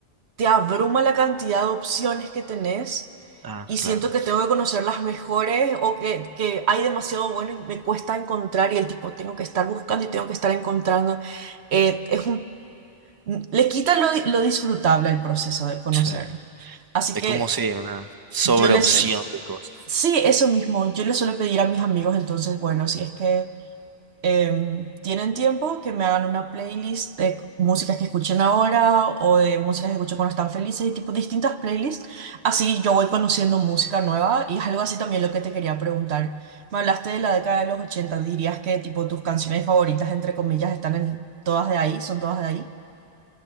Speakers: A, on the right; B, on the right.
A: te abruma la cantidad de opciones que tenés
B: Ah,
A: y
B: claro.
A: siento que tengo que conocer las mejores o que, que hay demasiado bueno y me cuesta encontrar y el tipo tengo que estar buscando y tengo que estar encontrando. Eh, es un, le quita lo, lo disfrutable al proceso de conocer.
B: Sí.
A: Así
B: Es
A: que
B: como si una sobreopción
A: yo les...
B: de cosas.
A: Sí, eso mismo. Yo le suelo pedir a mis amigos entonces, bueno, si es que em, tienen tiempo que me hagan una playlist de c- músicas que escuchen ahora o de músicas que escucho cuando están felices y tipo distintas playlists. Así yo voy conociendo música nueva y es algo así también lo que te quería preguntar. Me hablaste de la década de los 80. dirías que tipo tus canciones favoritas, entre comillas, están en todas de ahí, son todas de ahí.